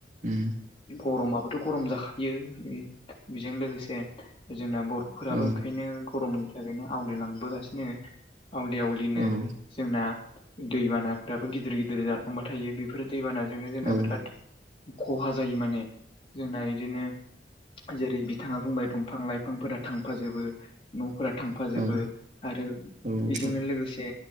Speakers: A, on the right; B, on the left.
A: उम
B: गरमाबोथ' गरम जाखायो बिजों लोगोसे जोंना बर'फोराबो
A: औ
B: ओंखायनो गरमनि थाखायनो आवलिलांबोगासिनो। आवलि आवलिनो
A: औ उम
B: जोंना दैबानाफोराबो गिदिर गिदिर जालांबाय थायो बेफोर दैबानाजोंनो जोंना
A: औ
B: बेराद खहा जायो माने जोंना इदिनो जेरै बिथाङा बुंबाय दं फां लायफांफोरा थांफाजोबो न'फोरा थांफाजोबो।
A: औ
B: आरो
A: औ उम
B: बिजोंनो लोगोसे